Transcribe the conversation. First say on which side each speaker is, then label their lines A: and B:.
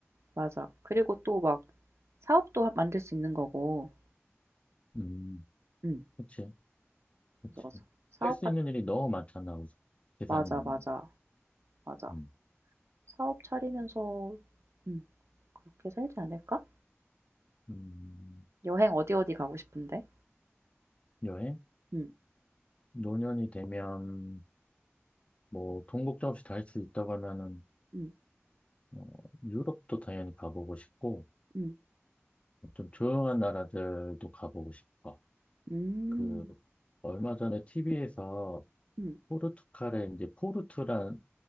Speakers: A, on the right (about 75°); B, on the left (about 25°).
A: 맞아. 그리고 또 막 사업도 하- 만들 수 있는 거고.
B: 음,
A: 응.
B: 그치, 그치.
A: 그래서 사- 사업
B: 할 수
A: 같
B: 있는 일이 너무 많잖아, 우선. 재산이
A: 맞아,
B: 많이.
A: 맞아, 맞아.
B: 음,
A: 사업 차리면서 응. 그렇게 살지 않을까?
B: 음,
A: 여행 어디 어디 가고 싶은데?
B: 여행?
A: 응,
B: 노년이 되면 뭐, 돈 걱정 없이 다 할 수 있다고 하면은
A: 응,
B: 어, 유럽도 당연히 가보고 싶고,
A: 응,
B: 좀 조용한 나라들도 가보고 싶어.
A: 음,
B: 그, 얼마 전에 TV에서
A: 응,
B: 포르투갈의 이제 포르투란